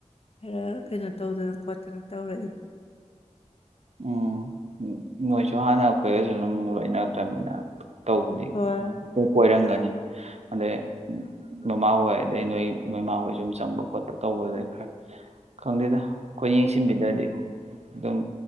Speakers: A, on the left; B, on the right.
A: ꯈꯔ ꯀꯩꯅꯣ ꯇꯧꯗꯅ ꯈꯣꯠꯇꯅ ꯇꯧꯔꯛꯏ
B: ꯎꯝ ꯃꯣꯏꯁꯨ ꯍꯥꯟꯅ ꯑꯩꯈꯣꯏꯒꯁꯨ ꯑꯗꯨꯝ ꯂꯣꯏꯅꯔꯛꯇꯕꯅꯤꯅ ꯇꯧꯕꯗꯤꯣꯏ
A: ꯍꯣꯏ
B: ꯀꯣꯏꯔꯝꯒꯅꯤ ꯑꯗꯩ ꯃꯃꯥ ꯍꯣꯏ ꯑꯗꯩ ꯅꯣꯏ ꯃꯣꯏꯃꯥ ꯍꯣꯏ ꯁꯨꯝ ꯆꯪꯕ ꯈꯣꯠꯄ ꯇꯧꯕꯗꯨꯩ ꯈꯔ ꯈꯪꯗꯦꯗ ꯑꯩꯈꯣꯏ ꯌꯦꯡꯁꯤꯟꯕꯤꯗ꯭ꯔꯗꯤ
A: ꯎꯝ
B: ꯑꯗꯨꯝ